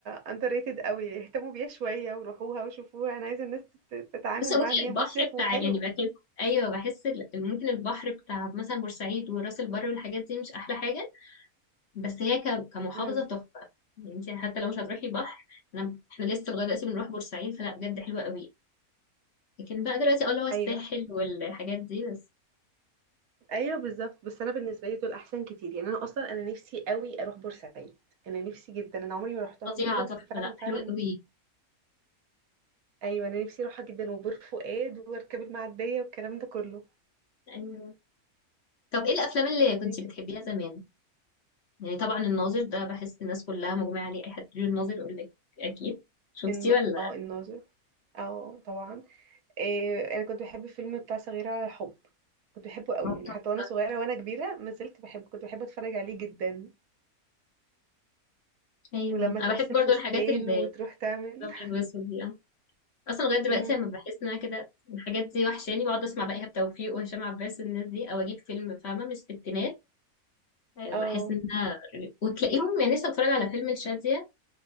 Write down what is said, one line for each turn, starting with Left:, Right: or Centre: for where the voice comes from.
Right: اندر ريتد قوي اهتموا بيها شوية وروحوها وشوفوها انا عايزة الناس تت- تتعامل
Left: بس ممكن
Right: معاها ان هي
Left: البحر
Right: مصيف
Left: بتاع
Right: وحلو
Left: يعني بحس أيوة بحس ال- ممكن البحر بتاع مثلا بورسعيد وراس البر والحاجات دي مش أحلى حاجة بس هي ك- كمحافظة
Right: امم
Left: تحفة يعني انت حتى لو مش هتروحي بحر أنا احنا لسه لغاية دلوقتي بنروح بورسعيد فلا بجد حلوة قوي لكن بقى دلوقتي اه اللي هو الساحل
Right: ايوه
Left: والحاجات دي بس
Right: ايوه بالظبط بس انا بالنسبة لي دول احسن كتير يعني انا اصلا انا نفسي قوي اروح بورسعيد انا نفسي جدا انا عمري ما رحتها
Left: فظيعة
Right: قبل كده
Left: تحفة
Right: بس فعلا
Left: لا
Right: فعلا
Left: حلوة قوي
Right: ايوه انا نفسي اروحها جدا وبور فؤاد واركب المعديه والكلام ده كله
Left: أيوة طب ايه الأفلام اللي كنت
Right: نفسي
Left: بتحبيها زمان؟ يعني طبعا الناظر ده بحس الناس كلها مجمعة عليه أي حد بيقول الناظر يقول لك أكيد شفتيه
Right: ان
Left: ولا؟
Right: اه الناظر اه طبعا إيه انا كنت بحب الفيلم بتاع صغيره على الحب كنت بحبه قوي
Left: آه،
Right: يعني
Left: تحفة.
Right: حتى وانا صغيره وانا كبيره ما زلت بحبه كنت بحب اتفرج عليه جدا
Left: ايوه
Right: ولما
Left: انا
Right: تقص
Left: بحب برضو
Right: الفستان
Left: الحاجات اللي
Right: وتروح تعمل
Left: الابيض واسود دي أنا اصلا
Right: <laughs>
Left: لغايه دلوقتي
Right: امم
Left: لما بحس ان انا كده الحاجات دي وحشاني بقعد اسمع بقى ايهاب توفيق وهشام عباس والناس دي او اجيب فيلم فاهمه من الستينات آه،
Right: اه
Left: بحس ان انا وتلاقيهم يعني لسه بتفرج على فيلم الشاذيه